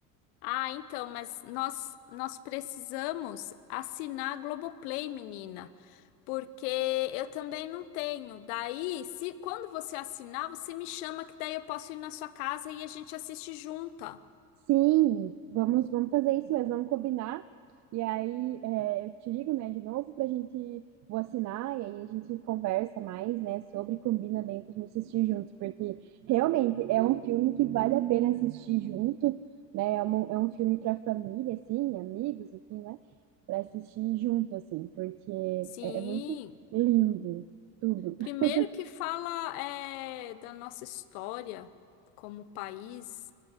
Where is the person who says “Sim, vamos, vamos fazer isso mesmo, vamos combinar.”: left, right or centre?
Right